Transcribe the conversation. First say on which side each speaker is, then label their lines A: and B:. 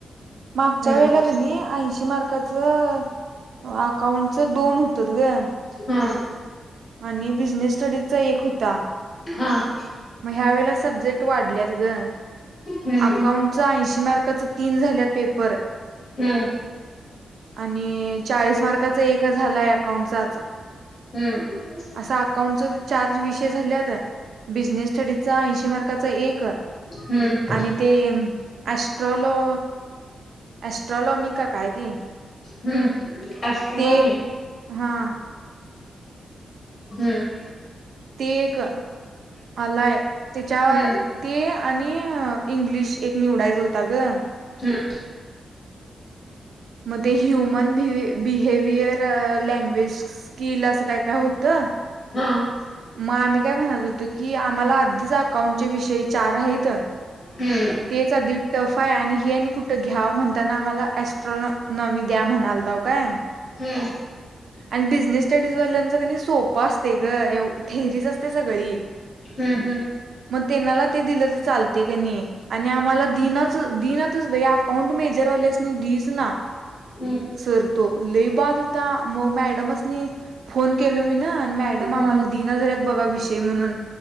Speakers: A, on the right (about 60°); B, on the left (about 35°).
A: मागच्या
B: हम्म
A: वेळेला कणी ऐंशी मार्काचं अ अकाऊंटचं दोन हुतत गं
B: हा
A: आणि बिझनेस स्टडीजचा एक होता
B: हा हम्म
A: ह्यावेळेला सब्जेक्ट वाढल्यात गं
B: हम्म
A: अकाऊंटच ऐंशी मार्क काचं तीन झाल्यात पेपर
B: हम्म
A: आणि चाळीस मार्काचा एक झालाय अकाउंटचाचं
B: हम्म
A: असा अकाउंटचा चार्ज विषय झाल्यात बिझनेस स्टडीचा ऐंशी मार्काचा एक
B: हम्म
A: आणि ते एस्ट्रलॉ एस्ट्रॉलॉमी का काय ते
B: हम्म ॲस्ट्रॉनॉमी
A: ते हा
B: हम्म
A: ते एक आलाय त्याच्यावर
B: हम्म
A: ते आणि इंग्लिश एक निवडायचा होता ग
B: हम्म
A: मग ते ह्युमन बिहेवियर लँग्वेज स्किल असं काय काय होतं ह
B: हा
A: मग आम्ही काय म्हणत होतो की आम्हाला अधीच अकाउंटचे विषयी चार आहेत
B: हम्म
A: तेच आधि टफ हाय हे आणि कुठं घ्याव म्हणताना आम्हाला एस्ट्रोन न मी द्या म्हणालताव काय
B: हम्म
A: आणि बिझनेस स्टडीज वाल्यांचं कनी सोपं असते ग एव थेरीच असते सगळी
B: हम्म
A: मग त्यांनाला ते दिलं तर चालते तेनी आणि आम्हाला दिनच दिनतच अकाउंट मेजरवाल्यासनी दिच ना
B: हम्म
A: सर तो लेई बाद होता मग मॅडमसनी फोन केल मी ना आणि मॅडम आम्हाला
B: हम्म
A: दिना झालेत बघा विषय म्हणून